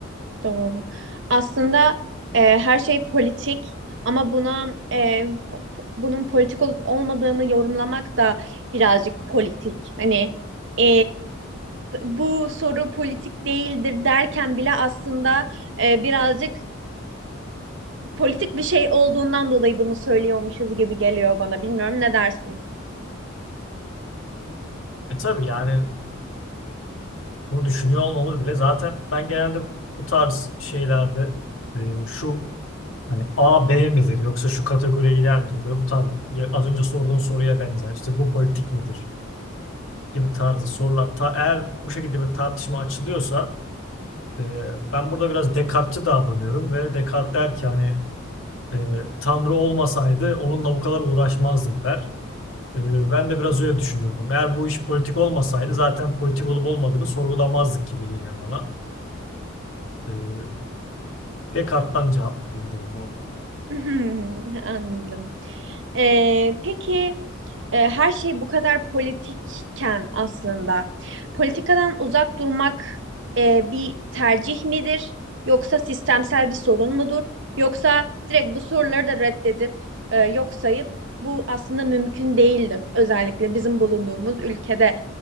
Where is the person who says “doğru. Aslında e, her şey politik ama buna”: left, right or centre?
Right